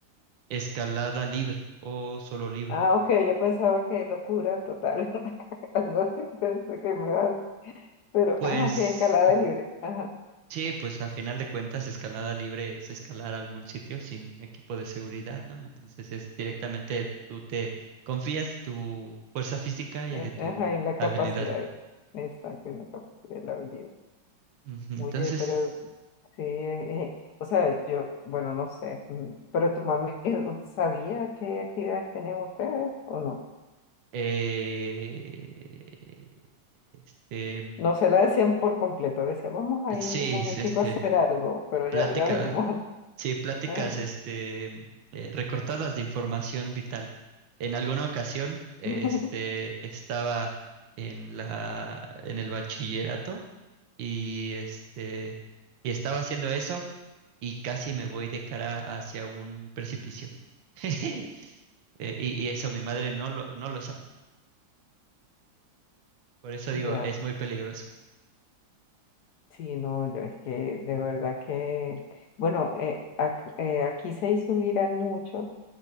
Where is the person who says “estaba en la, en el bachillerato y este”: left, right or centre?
Right